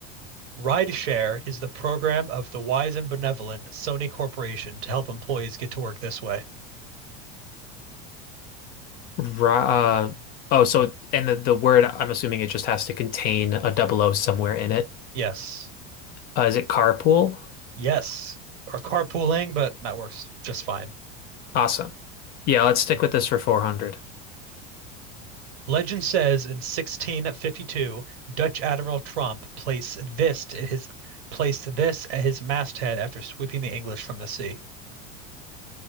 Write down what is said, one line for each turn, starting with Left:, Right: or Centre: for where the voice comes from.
Right: Rideshare is the program of the wise and benevolent Sony Corporation to help employees get to work this way.
Left: Ra uh, oh, so and the, the word I'm assuming it just has to contain a double O somewhere in it.
Right: Yes.
Left: Uh, is it carpool?
Right: Yes. Or carpooling, but that works just fine.
Left: Awesome. Yeah, let's stick with this for 400.
Right: Legend says in 1652, Dutch Admiral Tromp placed this at his placed this at his masthead after sweeping the English from the sea.